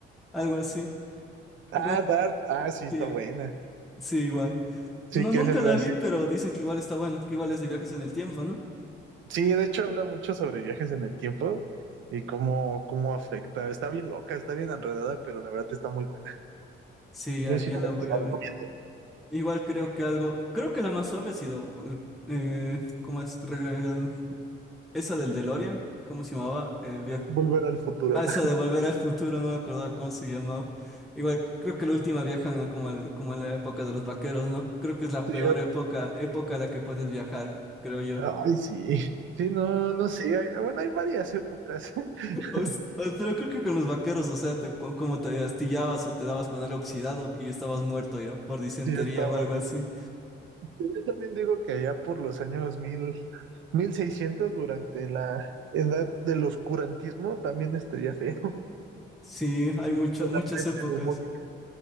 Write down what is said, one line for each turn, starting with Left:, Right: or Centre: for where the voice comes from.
Centre: algo así,
Right: Ah,
Centre: igual,
Right: Dark. Ah, sí, está
Centre: sí,
Right: buena.
Centre: sí, igual.
Right: Sí,
Centre: No,
Right: que
Centre: nunca
Right: es algo
Centre: la
Right: así.
Centre: vi, pero dicen que igual está buena, que igual es de viajes en el tiempo, ¿no?
Right: Sí, de hecho habla mucho sobre viajes en el tiempo y cómo, cómo afecta. Está bien loca, está bien enredada, pero la verdad está muy buena.
Centre: Sí, ya,
Right: Yo
Centre: ya
Right: sí te
Centre: la voy
Right: te la
Centre: a
Right: recomiendo.
Centre: ver. Igual creo que algo, creo que la más suave ha sido, eh, ¿cómo es? Regre- Esa del DeLorean, ¿cómo se llamaba? Eh, via-
Right: Volver al futuro.
Centre: ah, esa
Right: <laughs>
Centre: de Volver al Futuro, no me acordaba cómo se llamaba. Igual creo que la última viajan como, al- como en la época de los vaqueros, ¿no? Creo que es la
Right: Sí,
Centre: peor época, época a la que puedes viajar, creo yo.
Right: Ay, sí. Sí, no, no sé. hay- bueno, hay varias épocas. <laughs>
Centre: O s- o- Pero creo que con los vaqueros, o sea, te, con, como te astillabas o te dabas con algo oxidado y estabas muerto ya por disentería
Right: Sí, estaban.
Centre: o algo así.
Right: Yo también digo que allá por los años mil mil seiscientos durante la edad del oscurantismo, también estaría feo. <laughs>
Centre: Sí, hay mucho,
Right: O
Centre: muchas
Right: La peste
Centre: épocas.
Right: bubónica.